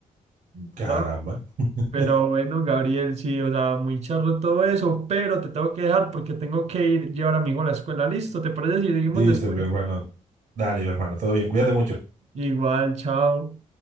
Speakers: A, on the right; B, on the right.
A: Caramba.
B: estaba-
A: <laughs>
B: Pero bueno, Gabriel, sí, o sea, muy charro todo eso, pero te tengo que dejar porque tengo que ir llevar a mi hijo a la escuela. Listo, ¿te parece si seguimos
A: Dice
B: después?
A: mi hermano. Dale, mi hermano, todo bien, cuídate mucho.
B: Igual, chao.